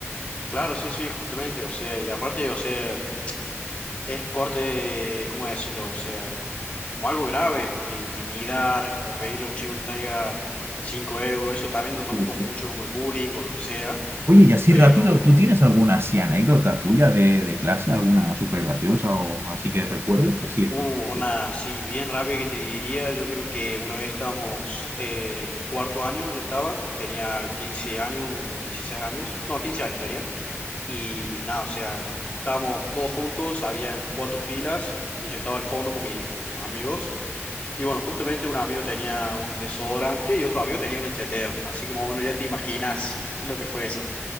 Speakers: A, on the left (about 25°); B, on the right (about 50°).
A: Claro, sí, sí, justamente, o sea, y aparte, o sea, es corte, ¿cómo decirlo? O sea, como algo grave, porque intimidar o pedirle a un chico que traiga 5 euros, eso también lo toman
B: Sí
A: como
B: sí.
A: mucho como el bullying o lo que sea,
B: Oye, y así
A: pero
B: rápido, ¿tú tienes alguna así anécdota tuya de, de clase, alguna súper graciosa o así que recuerdes? Así.
A: hubo
B: <laughs>
A: una así bien rápida que te diría, yo creo que una vez estábamos eh, en cuarto año, yo estaba, tenía 15 años o 16 años, no, 15 años tenía, Y nada, o sea, estábamos todos juntos, habían cuatro filas y yo estaba al fondo con, mi- con mis amigos. Y bueno, justamente un amigo tenía un desodorante y otro amigo tenía un encendedor. Así que más o menos ya te imaginas lo que fue eso.